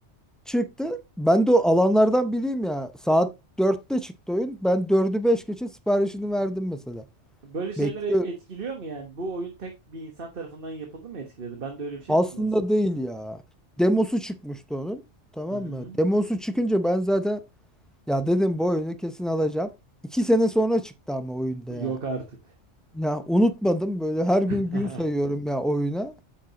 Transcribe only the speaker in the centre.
çıktı. Ben de o alanlardan biriyim ya. Saat dörtte çıktı oyun. Ben dördü 5 geçe siparişini
verdim mesela.
Bekliyorum.
Aslında
değil ya. Demosu çıkmıştı onun. Tamam
mı? Demosu çıkınca ben zaten ya dedim bu oyunu kesin alacağım. 2 sene sonra çıktı ama oyunda
ya.
Ya unutmadım böyle her gün
gün sayıyorum ya oyuna.